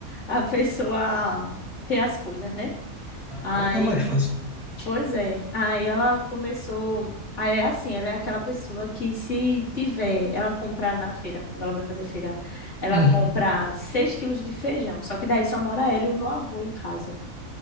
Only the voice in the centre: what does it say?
Agora
tá mais fácil.
Uhum.